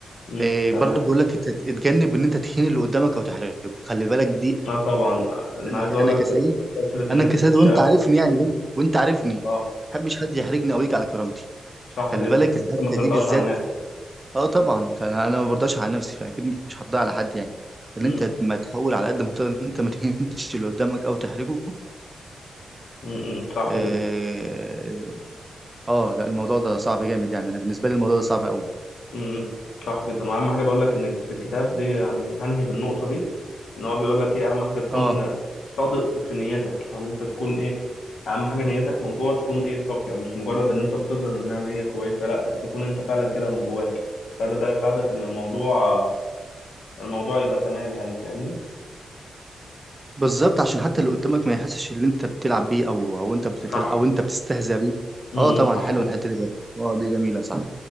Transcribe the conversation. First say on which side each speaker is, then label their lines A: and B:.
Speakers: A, on the left; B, on the right.
A: امم
B: إيه
A: تمام
B: برضو بيقول لك ات- اتجنب ان انت تهين اللي قدامك او تحرجه خلي بالك دي
A: لا طبعا انا
B: انا
A: عايز
B: ك-
A: اقول
B: انا
A: لك
B: كسيد
A: كثرة
B: انا
A: النفس
B: كسيد
A: وحشة
B: وانت
A: قوي
B: عارفني يعني وانت, وانت عارفني ما
A: اه
B: بحبش حد يحرجني او يجي على كرامتي
A: صح
B: خلي
A: جدا
B: بالك الحته
A: انت ما ترضاش
B: دي بالذات
A: عن الناس
B: اه طبعا فانا أنا ما برضاش على نفسي فاكيد مش هرضى على حد يعني ان
A: امم
B: انت ما تحاول على قد ما تقدر ان انت ما تهينش اللي قدامك او تحرجه
A: امم صح
B: آه،
A: جدا
B: اه لا الموضوع ده صعب جامد يعني انا بالنسبه لي الموضوع ده صعب قوي
A: امم صح جدا واهم حاجة بقول لك ان في الكتاب دي يعني هنهي بالنقطة دي ان هو بيقول لك ايه اهم حاجه تكون
B: اه
A: صادق في نيتك يعني انت تكون ايه اهم حاجه نيتك من جوه تكون ايه صافيه مش مجرد ان انت بتظهر انها نيه كويسه لا تكون انت فعلا كده من جواك ده ده ده يساعدك ان الموضوع الموضوع يبقى تمام يعني فاهمني
B: بالظبط عشان حتى اللي قدامك ما يحسش ان انت بتلعب بيه او او انت بتتل...
A: صح
B: او انت بتستهزأ بيه
A: امم
B: اه طبعا
A: صح
B: حلوه
A: جدا
B: الحته دي برضه اه دي جميله صح